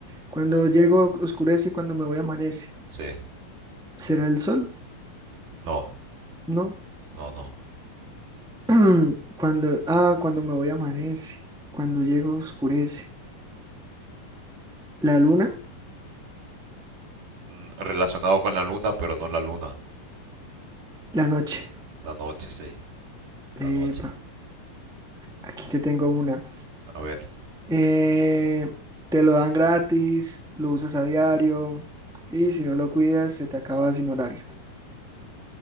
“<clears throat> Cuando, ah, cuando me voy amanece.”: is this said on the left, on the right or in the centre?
Centre